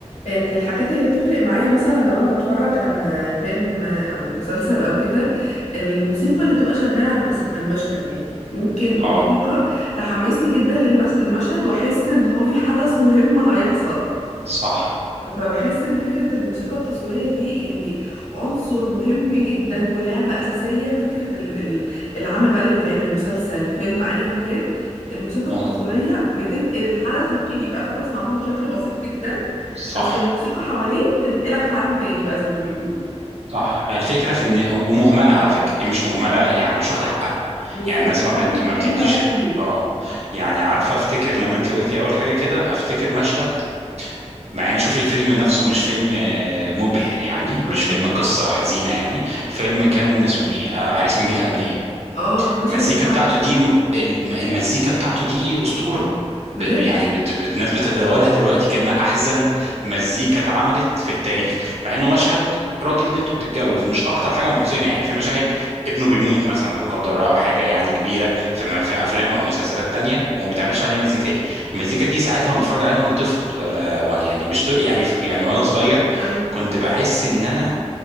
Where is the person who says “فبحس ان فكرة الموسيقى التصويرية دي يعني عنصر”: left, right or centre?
Left